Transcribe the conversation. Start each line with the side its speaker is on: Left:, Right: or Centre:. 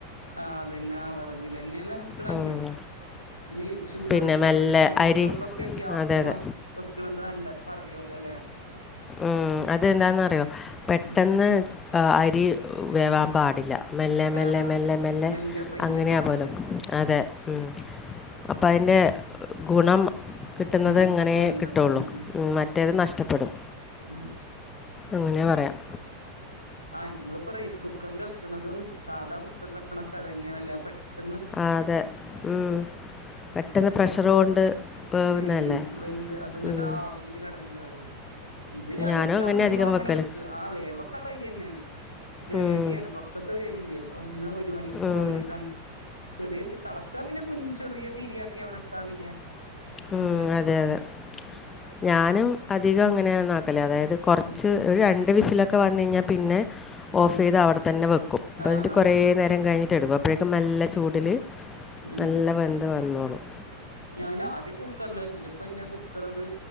Right: ആ അതന്നെ, ആ വിറകിൽ തന്നെയാണ് വെക്കണ നല്ലേ.
Left: ഉം
Right: ഈ ഷുഗർ
Left: പിന്നെ
Right: പ്രമേഹ
Left: മെല്ലെ
Right: രോഗികൾക്കൊക്കെ
Left: അരി
Right: ഗ്യാസ്
Left: അതെ
Right: മ്മെ
Left: അതെ
Right: വെക്കണതാല്ല പറയുവല്ലോ അല്ലെ
Left: ഉം, അതെന്താന്നറിയോ? പെട്ടെന്ന്
Right: ഉം
Left: അരി വേവാൻ പാടില്ല മെല്ലെ മെല്ലെ
Right: ആഹ് ആഹ്
Left: മെല്ലെ മെല്ലെ
Right: പയ്യെ
Left: അങ്ങനെയാ
Right: ആഹ്
Left: പോലും,
Right: അതെ
Left: അതെ ഉം അപ്പൊ അതിന്റെ ഗുണം കിട്ടുന്നത്
Right: ഉം നഷ്ടപ്പെട്ണ്ട്
Left: ഇങ്ങനെ കിട്ടുള്ളൂ,
Right: ഉം ഉം
Left: മറ്റേത് നഷ്ടപ്പെടും
Right: ഉം
Left: അങ്ങനെ പറയാം
Right: നമ്മളിപ്പോ റൈസ് കുക്കറിൽ വെക്കണതും സാധാ കുക്ക് വെക്കണൊക്കെ അത് തന്നെണല്ലോ, പെട്ടെന്ന്
Left: ആ അതെ ഉം, പെട്ടെന്ന് പ്രഷർ കൊണ്ട് വേവുന്നല്ലേ
Right: ഉം, ഉം വെന്ത്, അതങ്ങട്ട്
Left: ഉം
Right: ആവിലെ കിടന്ന് വേവൂവല്ലെ ഇത് ഞാന്
Left: ഞാനും
Right: സ്റ്റൗവ്വുമ്മേ
Left: അധികം
Right: അങ്ങനെ
Left: വെക്കല്.
Right: വെച്ചു, ആ വേവ കൊള്ളം അരി തന്നെയാണ് ജയ
Left: ഉം.
Right: അരിയാണ് കുറച്ചൊക്കെ വേവി ഒന്ന് വെ ഒരു മണിക്കൂർ
Left: ഉം.
Right: ഒന്നേകാൽ ചെറിയ, തിളച്ചാ പിന്നെ കു ചെറിയ തിരിയാക്കി അവിടെ ഇട്ടാ പിന്നെ
Left: ഉം.
Right: അങ്ങനെ
Left: അതെ,
Right: വെന്തു
Left: അതെ. ഞാനും അധികം അങ്ങനെയാ ആ നാട് <unintelligible> അതായത് കുറച്ച്
Right: ഉം
Left: ഒരു രണ്ട് വിസിലൊക്കെ വന്ന് കഴിഞ്ഞാ പിന്നെ ഓഫ്
Right: ഉം
Left: ചെയ്ത് അവിടെ തന്നെ വെക്കും അപ്പ
Right: ആഹ്
Left: എന്നിട്ട്
Right: ആഹ്
Left: കുറെേ നേരം കഴിഞ്ഞ് ട്ടിടും അപ്പോഴേക്കും നല്ല ചൂടില്
Right: ഉം
Left: നല്ല വെന്ത് വ ന്നോളും
Right: ഞാൻ ആദ്യം കുക്കറില് വച്ചിന് ഇപ്പ എൻ്റെ കുക്കർ അത്